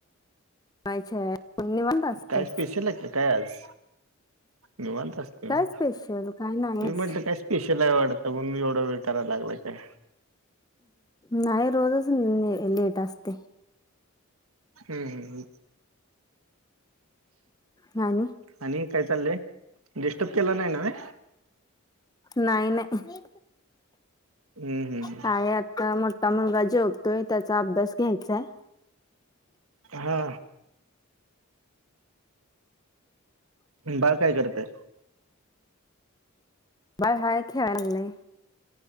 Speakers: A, on the left (about 20°); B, on the right (about 85°).
A: बनवायच्या आहेत निवांत असते
B: काय स्पेशल आहे का काय आज? निवांत असत. मी
A: काय स्पेशल काय नाहीच
B: म्हटलं काय स्पे स्पेशल हाय वाटतं म्हणून एवढा वेळ कराय लागलाय काय.
A: नाही रोजच ले अ लेट असते.
B: हम् हम् ह.
A: नाही.
B: आणि काय चाललंय? डिस्टर्ब केला नाही नव्हे.
A: नाय नाही.
B: हम्म हम्म
A: आहे अजू जरा मोठा मुलगा जेवतोय. त्याचा अभ्यास घ्यायचाय.
B: हा. बाळ काय करतय?
A: बाळ हाय खेळाय लागलय.